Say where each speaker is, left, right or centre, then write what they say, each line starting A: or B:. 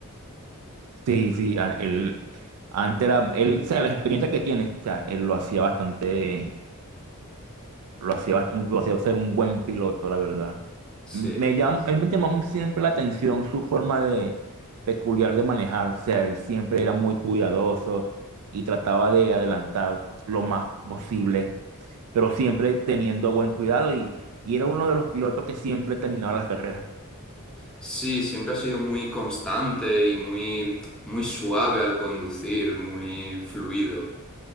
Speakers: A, on the right; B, in the centre.
A: Sí, sí, a- él, antes era, él, o sea, la experiencia que tiene, o sea, él lo hacía bastante, Lo hacía, lo hacía ser un buen piloto, la verdad.
B: Sí.
A: Me llam- él me llamó siempre la atención su forma de peculiar de manejar. O sea, él siempre era muy cuidadoso y trataba de adelantar lo más posible, pero siempre teniendo buen cuidado y, y era uno de los pilotos que siempre terminaba las carreras.
B: Sí, siempre ha sido muy constante y muy, muy suave al conducir, muy fluido.